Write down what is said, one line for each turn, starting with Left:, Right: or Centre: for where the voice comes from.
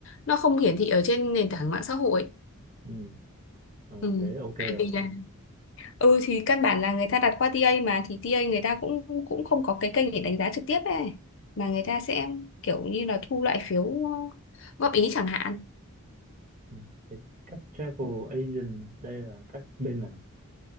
Left: nó không hiển thị ở trên nền tảng mạng xã hội
Right: ừ ờ,
Left: ừ.
Right: thế ok rồi
Left: tại vì là ừ thì căn bản là người ta đặt qua TA mà thì TA người ta cũng cũng không có cái kênh để đánh giá trực tiếp ấy mà người ta sẽ kiểu như là thu lại phiếu ờ, góp ý chẳng hạn
Right: ừ. thế các travel agent đây là các bên nào